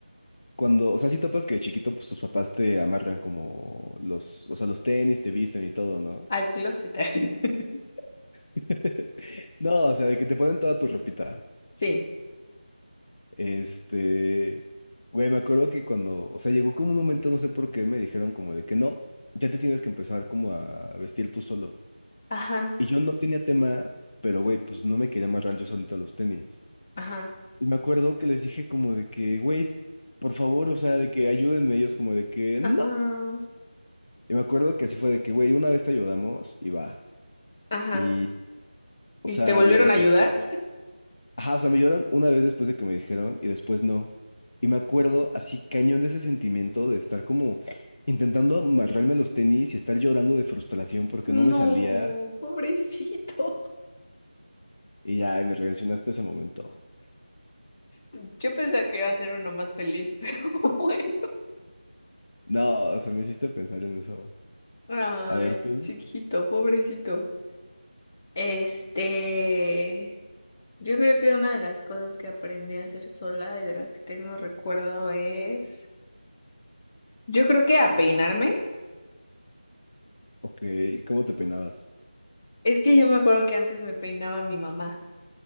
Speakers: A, on the left (about 40°); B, on the left (about 20°).
A: Cuando, o sea, si topas que de chiquito, pues tus papás te amarran como los, o sea, los tenis, te visten y todo, ¿no?
B: al closet. <laughs>
A: <laughs> No, o sea, de que te ponen toda tu ropita.
B: Sí,
A: Este, güey, me acuerdo que cuando, o sea, llegó como un momento, no sé por qué, me dijeron como de que no, ya te tienes que empezar como a vestir tú solo.
B: ajá,
A: Y yo no tenía tema, pero güey, pues no me quería amarrar yo solito a los tenis.
B: ajá,
A: Y me acuerdo que les dije como de que, güey, por favor, o sea, de que ayúdenme ellos como de que
B: ajá,
A: no. Y me acuerdo que así fue de que, güey, una vez te ayudamos y va.
B: ajá.
A: Y, o
B: ¿Y
A: sea,
B: te volvieron
A: y a la que
B: a ayudar?
A: sigue. Ajá, o sea, me ayudaron una vez después de que me dijeron y después no. Y me acuerdo así cañón de ese sentimiento de estar como intentando amarrarme los tenis y estar llorando de frustración porque
B: No,
A: no me salía.
B: pobrecito.
A: Y ya, y me regresionaste ese momento.
B: Yo pensé que iba a ser uno más feliz, pero <laughs> bueno.
A: No, o sea, me hiciste pensar en eso.
B: Ay,
A: A ver tú,
B: chiquito, pobrecito. Este... Yo creo que una de las cosas que aprendí a hacer sola y de las que tengo recuerdo es, yo creo que a peinarme.
A: ok, ¿cómo te peinabas?
B: Es que yo me acuerdo que antes me peinaba mi mamá,